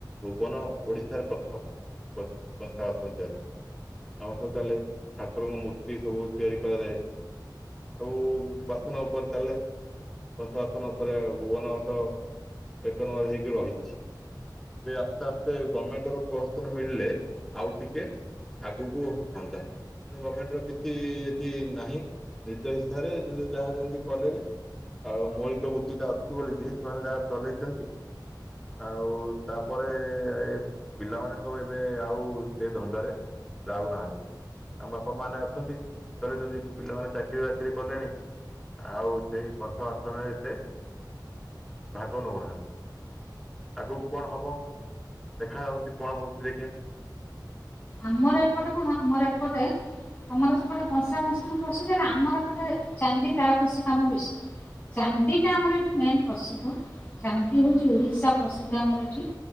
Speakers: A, in the centre; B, on the left.
A: ଭୁବନ ଓଡିଶାରେ ପ୍ରଥମ କ କସ ବା ତରି ଆମ ସୁ ତାହେଲେ ଠାକୁରଙ୍କ ମୂର୍ତ୍ତି ସବୁ ତିଆରି କରାଯାଏ ସବୁ ବାସନ ଉପରେ ଚାଲେ ସଂଂସ ବାସନ ଉପରେ ଭୁବନ ଅଟ ଏକ ନର ହେଇକି ରହିଛି ଏ ଆସ୍ତେ ଆସ୍ତେ ଗଭର୍ଣମେଣ୍ଟ ର ପ୍ରୋହସନ ମିଳିଲେ ଆଉ ଟିକେ ଆଗକୁୁହ ହୁଅନ୍ତା କିନ୍ତୁ ଗଭର୍ଣମେଣ୍ଟ ର କିଛି ଏଠି ନାହିଁ ନିଜ ହିସାରେ ନିଜ ଯାହା ଯେମିତି କଲେଣି ଆଉ ମୌଳିକ ବୁତି ଟା ଅଛି ବୋିକି ସେମାନେ ତାଙ୍କ ଚଲେଇଛନ୍ତି ଆଉ ତାପରେ ଏ ପିଲାମାନେ ସବୁ ଏବେ ଆଉ ସେ ଧନ୍ଦାରେ ଯାଉନାହାନ୍ତି ଆମ ବାପା ମାନେ ଅଛନ୍ତି ଚଲିଛନ୍ତି ପିଲାମାନେ ଚାକିରି ବାକିରି କଲେଣି ଆଉ ସେଇ କଂସ ବାସନରେ ଏତେ ଭାଗ ନେଉନାହାନ୍ତି ଆଗକୁ କଣ ହେବ ଦେଖାଯାଉଛି କଣ ହେଉଛି ଦେଖିିବା
B: ଆମର ଏପଟେ କଣ ଆମର ଏପଟେ ଆମର ସେପୋଟେ କଂସା ବଂଶନ ପ୍ରସିଦ୍ଧ ଆମର ଗୋଟେ ଚାନ୍ଦି ତା କିଛି କାମ ବେଶୀ ଚାନ୍ଦିଟା ଆମର ଏଠି ମେନ୍ ପ୍ରସିଦ୍ଧ ଚାନ୍ଦି ହେଉଛି ଓଡ଼ିଶା ପ୍ରସିଦ୍ଧ ଆମର ଏଠି